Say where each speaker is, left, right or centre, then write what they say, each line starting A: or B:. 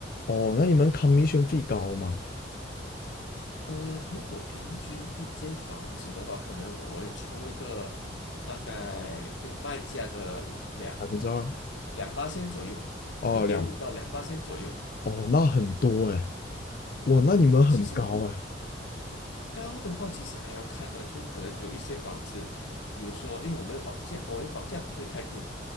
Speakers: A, on the left; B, on the left.
A: 哦，那你们 commission fee 高吗？
B: 呃，如果平均一间房子的话，可能我会抽一个大概就卖价的两
A: 百分之二？
B: 两八千左右，
A: 哦，
B: 一点五到两八千左右。
A: 两，哦，那很多哎。哇，那你们很高哎、
B: 呃，其实高的话，其实还要看呢、就可能有一些房子，比如说，因为我们房价，我们房价不会太贵，